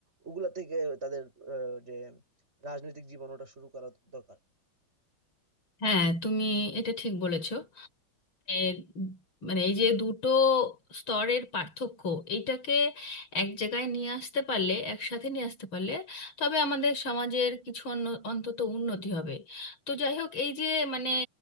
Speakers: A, on the right; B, on the left.
A: ওগুলা থেকে তাদের আহ, যে রাজনৈতিক জীবন ওটা শুরু করা দরকার
B: হ্যাঁ তুমি এটা ঠিক বলেছ এ, মানে এই যে দুটো স্তরের পার্থক্য এইটাকে এক জায়গায় নিয়ে আসতে পারলে একসাথে নিয়ে আসতে পারলে তবে আমাদের সমাজের কিছু অন্য- অন্তত উন্নতি হবে তো যাই হোক এই যে মানে